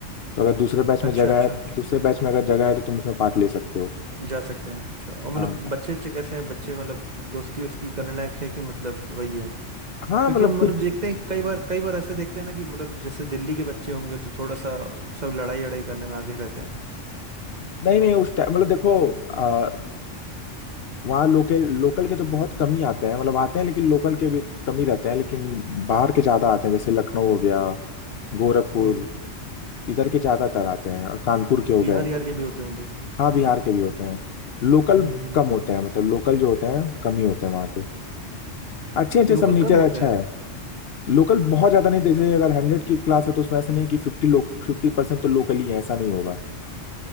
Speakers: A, on the left (about 60°); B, on the right (about 40°).
A: तो अगर दूसरे बैच में
B: अच्छा
A: जगह
B: अच्छा
A: है
B: अच्छा
A: दूसरे बैच में अगर जगह है तो तुम उसमें पार्ट ले सकते हो
B: जा सकते हैं अच्छा और मतलब
A: हाँ
B: बच्चे अच्छे कैसे हैं बच्चे मतलब दोस्ती वोस्ती करने लायक है कि मतलब वही है
A: हाँ
B: क्योंकि
A: मतलब
B: हम
A: कुछ
B: मतलब देखते हैं कई बार कई बार ऐसा देखते हैं ना कि मतलब जैसे दिल्ली के बच्चे होंगे तो थोड़ा सा सब लड़ाई लड़ाई करने में आगे रहते हैं
A: नहीं नहीं उस टाइम मतलब देखो आ, वहाँ लोकल लोकल के तो बहुत कम ही आते हैं मतलब आते हैं लेकिन लोकल के भी कम ही रहते हैं लेकिन बाहर के ज्यादा आते हैं जैसे लखनऊ हो गया गोरखपुर
B: हम्म
A: इधर के ज्यादातर आते हैं और कानपुर के हो
B: बिहार
A: गए
B: यार के भी होते होंगे
A: हाँ बिहार के भी होते हैं लोकल
B: हम्म हम्म
A: कम होते
B: हम्म
A: हैं मतलब लोकल जो होते हैं कम ही होते हैं वहाँ पे अच्छे अच्छे
B: लोकल
A: सब नेचर
B: कम होते
A: अच्छा
B: हैं
A: है लोकल बहुत ज्यादा नहीं जैसे अगर हंड्रेड की क्लास है तो उसमें ऐसा नहीं है कि फिफ्टी लोग फिफ्टी परसेंट तो लोकल ही है ऐसा नहीं होगा